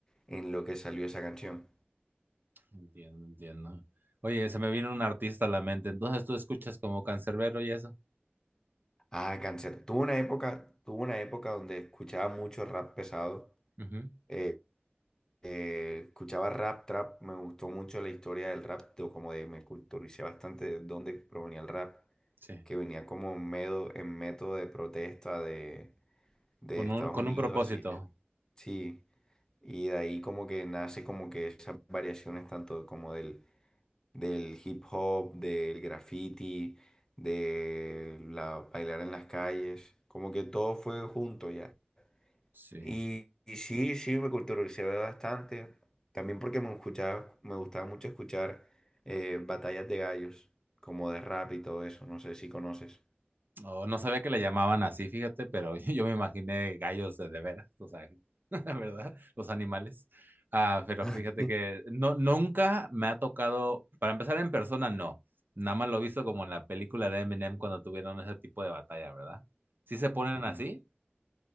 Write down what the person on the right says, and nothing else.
Entiendo, entiendo. Oye, se me vino un artista a la mente. Entonces tú escuchas como Canserbero y eso.
Ujú,
Sí.
Con
un, con
un propósito.
Sí.
No, no sabía que le llamaban así, fíjate, pero <laughs> yo me imaginé gallos de de veras, o sea, <laughs> ¿verdad? Los animales. Ah, pero
fíjate que no, nunca me ha tocado, para empezar en persona, no. Nada más lo he visto como en la película de Eminem cuando tuvieron ese tipo de batalla, ¿verdad? ¿Sí se ponen
así?